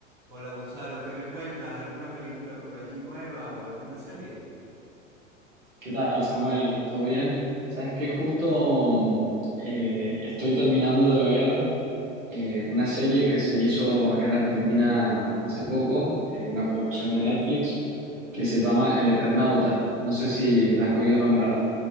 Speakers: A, on the right; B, on the right.
A: Hola Gonzalo, ¿qué me cuentas? ¿Alguna película por allí nueva o alguna serie?
B: ¿Qué tal, Samuel? ¿Todo bien? Sabes que justo mm, eh, estoy terminando de ver eh, una serie que se hizo acá en Argentina hace poco, eh, una producción de Netflix, que se llama El Eternauta. No sé si la has oído nombrar.